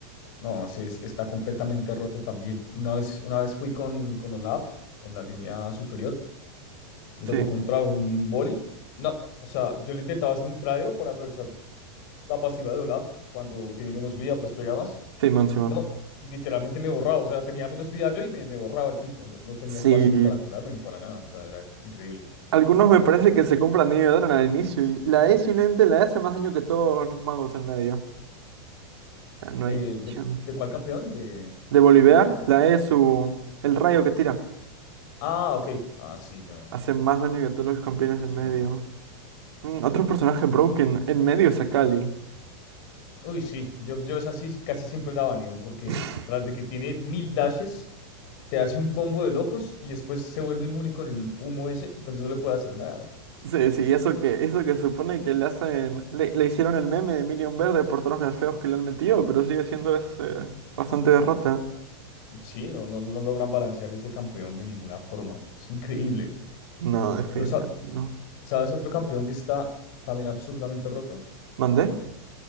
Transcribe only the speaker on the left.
No, sí, es- está completamente roto también. Una vez, una vez fui con, con Olaf en la línea superior, me
tocó contra un boli. No, o sea, yo le intentaba hacer un tradeo para aprovechar la pasiva de Olaf. Cuando tiene menos vida, pues pega más.
No, literalmente me borraba, o sea, tenía menos vida yo y me, me borraba el tipo. No, no tenía
espacio ni para curarme ni para nada, o sea, era increíble.
Eh,
¿de,
de cuál campeón? De...
Ah, ok. Ah, sí, no,
totalmente
absurdo.
Uy, sí, yo, yo esa sí casi siempre la baneo porque
tras de que tiene mil dashes, te hace un combo de locos y después se vuelve inmune con el humo ese, entonces no le puede hacer nada.
Sí, no, no, no logran balancear ese campeón de ninguna forma. Es increíble.
Pero sa-
¿sabes otro campeón que está también absurdamente roto?